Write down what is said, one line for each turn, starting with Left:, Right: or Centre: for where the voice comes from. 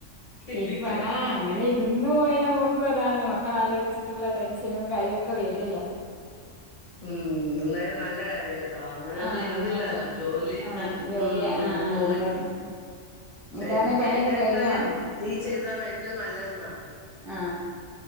Centre: ഇരിപ്പണാ
Left: ഇരിക്കല
Centre: ആ അങ്ങനെ ഇരുന്ന് പോയാ മ്മക്കു അതാണല്ലോ മക്കള ആലോയ്ച്ചി ട്ടുള്ള ടെൻഷനും കാര്യ ഒക്കെ വെരല്ലോ
Left: ഉം എന്തായാലും നല്ല കാര്യം കേട്ടോ. അങ്ങനെയൊന്നും
Centre: ആ
Left: ഇരുന്നില്ലാലോ
Centre: നല്ല
Left: ജോലി
Centre: ആ
Left: ഉം
Centre: ജോലി
Left: ഉം
Centre: ആ ആ
Left: പോവി
Centre: അതന്നെ
Left: <unintelligible>
Centre: എന്താണ്
Left: എനിക്ക്
Centre: പണിയൊക്കെ
Left: എന്റെ അഭിപ്രായം
Centre: കഴിഞ്ഞോ
Left: നീ ചെയ്താണ് ഏറ്റവും നല്ലത് ന്നാ
Centre: ആ